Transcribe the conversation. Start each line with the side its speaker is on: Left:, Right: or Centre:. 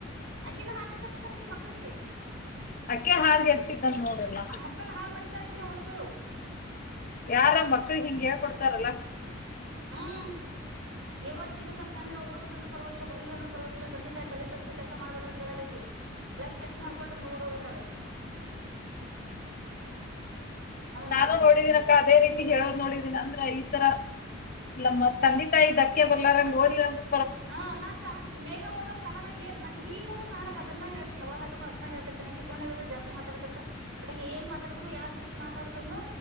Right: ಅಕಿನ್ನ ಹಾದಿ ತಪ್ಪಸತಾಳ ಅಕಿ ಮಕ್ಕಳಿಗ
Left: ಅಕ ಹಾರ್ಗೆಸಿ ನೋಡಲ್ಲ
Right: ಮಕ್ಕಳನ್ನ ಹಾಳು ಮಾಡಿದ್ದ ಆಕಿನ ಅಷ್ಟು
Left: ಯಾರಂಬ ಮಕ್ಳಿಗ ಹಿಂಗ ಹೇಳ್ಕಡ್ತಾರಲ್ಲ.
Right: ಹ್ಮ್ ಯಾವ ಜಿವನದಾಗ ಚಂದರ ಓದಲಿಲ್ಲಂದ್ರ ಪರವಾಗಿಲ್ಲ ಬರಿಲ್ಲ ಅಂದ್ರ ಪರವಾಗಿಲ್ಲ ತಂದ ತಾಯ ತಲಿ ತಗ್ಗಸ ಕೆಲಸ ಮಾಡ್ಬಡ್ರಂತ ಹೇಳಲಕಿ. ಲೈಫ್ ಸೆಟಲ್ ಮಾಡ್ಕೊಳ್ರಿ ನೀವು ಓಡೋಗ ಅಂತಾಳ ಅಕಿ.
Left: ನಾನು
Right: ನೋಡಿದೆ ಇಂತಕಿನೆಲ್ಲ
Left: ನೋಡಿದ್ದೀನಕ್ಕ ಅದೇ ರೀತಿ ಹೇಳೋದ ನೋಡಿದ್ದೀನಿ ಅಂದ್ರ ತರ ನಮ್ಮ ತಂದೆ ತಾಯಿ ಧಕ್ಕೆ ಬರ್ಲಾರಂಗ ಹೋದಿಲ್ಲ ಅಂದ್ರ
Right: ಹಾ ನಾನ ಸಹ ಮೇಗ ಹೋದಾಗ ಸಹಾನಾಗದ ನನ್ ಈಗನೂನೂ ಹ ಅದನ್ನ ಹೇಳ್ತಿನಿ ಯಾವಗದ್ರ ಅದ್ನ ಹೇಳ್ತಿರ್ತನಿ ಫೋನ ನ್ಯಾಗದು ಜಸ್ತಿ ಮಾತಾಡತಿತ ಬಟ ಏನ್ ಮಾತಾಡ್ರು ಯಾರ್ ಜೊತೆ ಮಾತಾಡಿದ್ನುನೂ